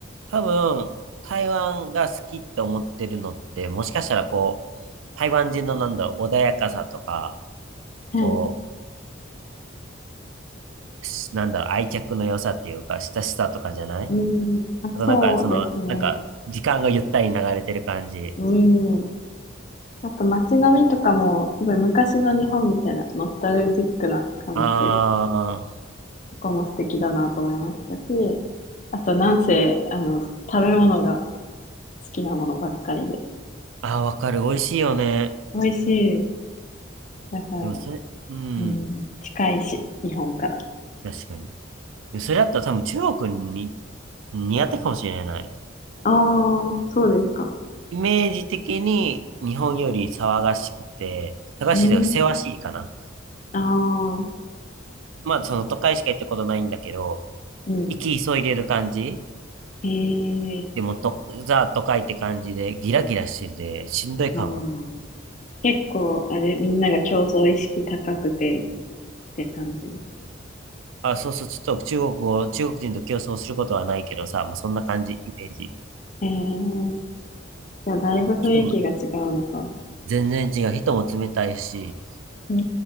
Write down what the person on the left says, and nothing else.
はい。
うん。あ、
そうですね。
うん。あと街並みとかも、すごい昔の日本みたいな、ノスタルジックな感じで、
そこも素敵だなと思いましたし、あとなんせ、あの、食べ物が好きなものばっかりで、
美味しい。だから、
うん、近いし、日本から。
ああ、そうですか。
うん、
ああ、
うん、
へえ、
まあ、結構、あれ、みんなが競争意識高くて、って感じ。
へえ、じゃあ、だいぶ雰囲気が違うのか。
うー